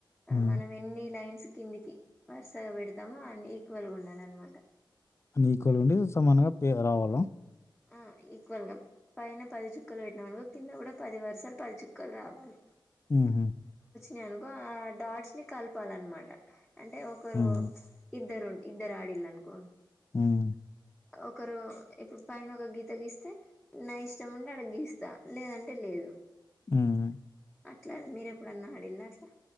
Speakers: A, on the left; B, in the centre.
A: హ్మ్.
B: మనం ఎన్ని లైన్స్ కిందికి వరుసగా పెడతాము అండ్ ఈక్వల్ గా ఉండాలనమాట
A: అని ఈక్వల్ ఉండి సమానంగా పేద రావాలా
B: ఆ ఈక్వల్గా పైన పది చుక్కలు పెట్టినామనుకో కింద కూడా పది వర్సలు పది చుక్కలు రావాలి
A: ఉహు
B: యనుకో ఆ డాట్స్ ని కలపాలనమాట అంటే ఒకరు
A: హ్మ్.
B: ఇద్దరు ఉం ఇద్దరు ఆడిల్ అన్కో
A: మ్
B: ఒకరు ఇప్పుడు పైన ఒక గీత గీస్తే నా ఇష్టం ఉంటే ఆడ గీస్తా లేదంటే లేదు
A: మ్
B: అట్లా మీరు ఎప్పుడన్నా ఆడిల్లా అట్లా